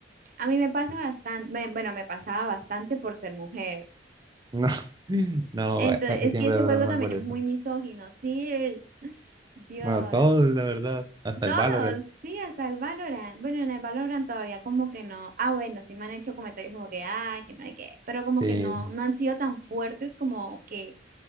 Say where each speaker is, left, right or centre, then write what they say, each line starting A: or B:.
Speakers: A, on the right; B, on the right.
A: a mí me pasa bastante, bueno, me pasaba bastante por ser mujer.
B: No, <laughs> No,
A: Entonces,
B: bueno, hay, hay
A: es
B: siempre
A: que ese
B: de
A: juego
B: dar mal
A: también
B: por
A: es
B: eso.
A: muy misógino, sí, <laughs> Dios,
B: bueno, todo, la verdad, hasta
A: todos,
B: el Valorant.
A: sí, hasta el Valorant. Bueno, en el Valorant todavía como que no, ah, bueno, sí me han hecho comentarios como que, ah, que no hay que, pero como
B: Sí,
A: que no, no han sido tan fuertes como que